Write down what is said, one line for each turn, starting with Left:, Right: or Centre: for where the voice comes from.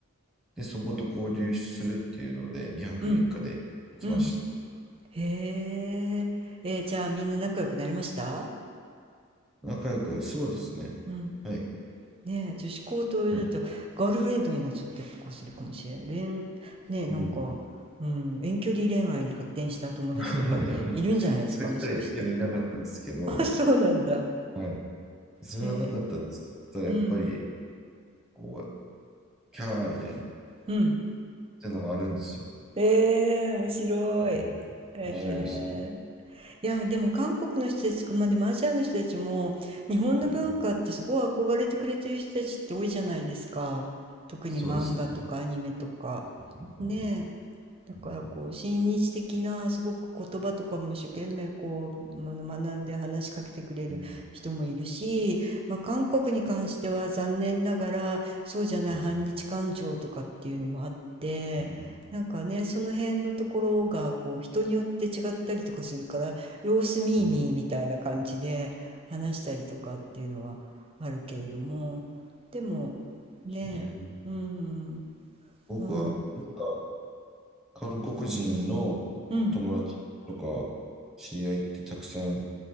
Centre: で、そこと交流するっていうので、2泊3日で行きました。
Right: うん。うん。へえ。えーじゃあみんな仲良くなれました
Centre: 仲良く、そうですね。
Right: うん。
Centre: はい。
Right: ねえ、女子高とだとガールフレンドになっちゃったりとかするかもしれん。
Centre: はい。
Right: 恋、ねえ、なんか、
Centre: うん。
Right: うん、遠距離恋愛に発展した友達とかいるんじゃないですか、
Centre: <laughs> そう言ったらいいけどいなかったんですけど、
Right: もしかして。<laughs> あ、そうなんだ。
Centre: はい。それはなかったんですけど、
Right: へえ。
Centre: ただやっぱり、
Right: うん。
Centre: こう、キャーみたいな、っ
Right: うん。
Centre: ていうのもあるんですよ。
Right: ええ、面白い。
Centre: こういう
Right: ええ。
Centre: 面白いです。
Right: いや、でも韓国の人たちとか、まあでもアジアの人たちも、日本の文化ってすごい憧れてくれてる人たちって多いじゃないですか。
Centre: うん、
Right: 特に漫画とかアニメとか。
Centre: そうですね。うん、
Right: ねえ。だからこう親日的なすごく言葉とかも一生懸命こうあの学んで話しかけてくれる人もいるし、
Centre: うん、うん、
Right: まあ、韓国に関しては残念ながらそうじゃない反日感情とかっていうのもあってなんかねその辺のところがこう人によって違ったりとかするから様子見ー見ーみたいな感じで話したりとかっていうのはあるけれどもでも
Centre: うん、うん、うん、
Right: ねうん
Centre: うん僕は、
Right: うん
Centre: なんか、韓国人の友達とか、
Right: うん
Centre: 知り合いってたくさん